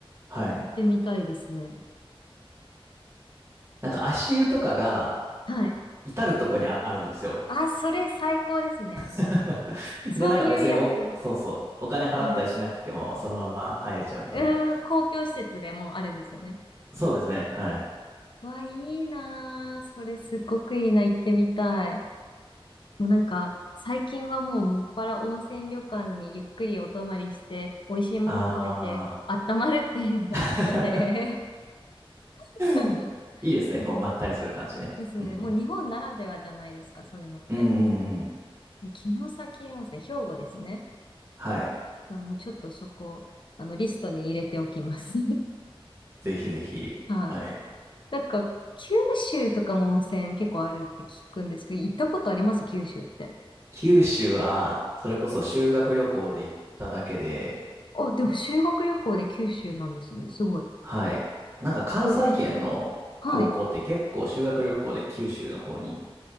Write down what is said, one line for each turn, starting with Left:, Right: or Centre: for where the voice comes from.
Right: はい。
Left: 行ってみたいですね。
Right: なんか足湯とかが
Left: はい。
Right: 至るとこにあ、あるんですよ。
Left: あ、それ最高ですね。
Right: <laughs>
Left: そういうやつ。
Right: で、なんか別にお、そうそう、お金払ったりしなくても、
Left: はい。
Right: そのまま入れちゃうみたいな。
Left: うーん、公共施設でもあるんですよね。
Right: そうですね。はい。
Left: わ、いいなー。それすっごくいいな。行ってみたい。もうなんか、最近はもうもっぱら温泉旅館にゆっくりお泊まりして、美味しいもの食べて、
Right: あ
Left: 温まるっていうのが好きで。
Right: ー。
Left: <laughs>
Right: <laughs> いいですね。
Left: いや
Right: こう、まったりする感じね。
Left: ですね。
Right: うん。
Left: もう日本ならではじゃないですか、そういうのって。
Right: うんうんうん。
Left: ね城崎温泉、兵庫ですね。
Right: はい。
Left: うん、ちょっとそこ、あの、リストに入れておきます。
Right: ぜひぜひ。
Left: <laughs> はい。
Right: はい。
Left: なんか、九州とかも温泉結構あるって聞くんですけど、行ったことあります九州って。
Right: 九州は、それこそ修学旅行で行っただけで、
Left: あ、でも修学旅行で九州なんですね。すごい。
Right: はい。なんか関西圏の高校って結構修学旅行で九州の方に、
Left: ど、はい。